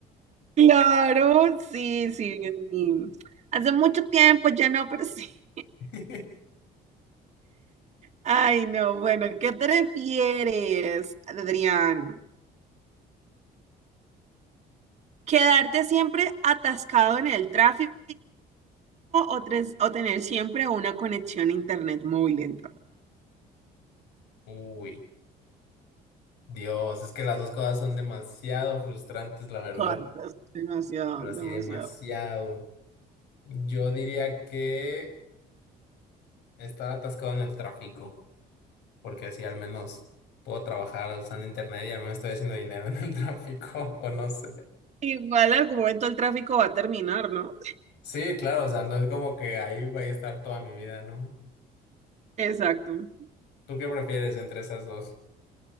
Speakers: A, on the right (about 40°); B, on the left (about 85°).
A: claro, sí, sí, Dios mío. Hace mucho tiempo ya no, pero sí.
B: <laughs>
A: Ay, no, bueno, ¿qué prefieres, Adrián? ¿Quedarte siempre atascado en el tráfico o, tres- o tener siempre una conexión a internet muy lenta?
B: Uy, Dios, es que las dos cosas son demasiado frustrantes, la verdad.
A: Cortas, demasiado,
B: Pero así
A: demasiado.
B: demasiado. Yo diría que estar atascado en el tráfico, porque así al menos puedo trabajar usando internet y al menos estoy haciendo dinero en el <laughs> tráfico, o no sé.
A: Igual algún momento el tráfico va a terminar, ¿no?
B: Sí, claro, o sea, no es como que ahí vaya a estar toda mi vida, ¿no?
A: Exacto.
B: ¿Tú qué prefieres entre esas dos?